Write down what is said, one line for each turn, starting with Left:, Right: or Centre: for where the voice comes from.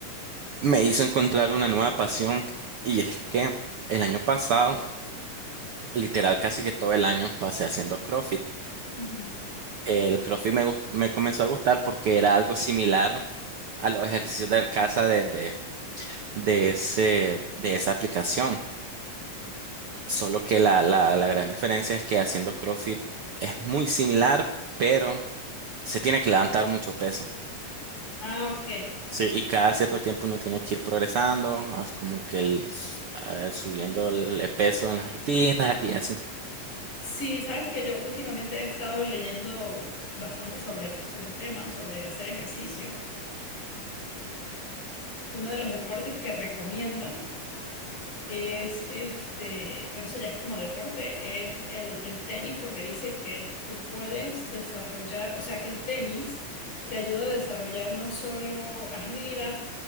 Right: me hizo encontrar una nueva pasión y es que el año pasado, literal casi que todo el año pasé haciendo CrossFit.
Left: Ujú.
Right: El CrossFit me, gust- me comenzó a gustar porque era algo similar a los ejercicios de casa de, de, de ese, de esa aplicación. Solo que la, la, la gran diferencia es que haciendo CrossFit es muy similar, pero se tiene que levantar mucho peso.
Left: Ah, ok.
Right: Sí, y cada cierto tiempo uno tiene que ir progresando, as- como que el, s- ah, subiendo el peso en las rutinas y así.
Left: Sí, sabes que yo últimamente he estado leyendo bastante sobre, sobre el tema, sobre hacer ejercicio. uno de los deportes que recomiendan es este, pero eso ya es como deporte, es el, el tenis, porque dice que tú puedes desarrollar, o sea, que el tenis te ayuda a desarrollar no solo agilidad,